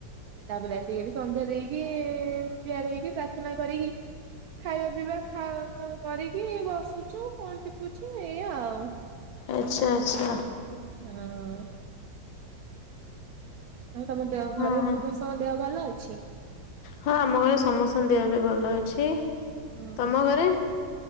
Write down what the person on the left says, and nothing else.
ଆଚ୍ଛା ଆଚ୍ଛା।
ହଁ
ହଁ।
ହଁ ଆମ ଘରେ ସମସ୍ତ ଦେହ ବି ଭଲ ଅଛି।
ତମ ଘରେ?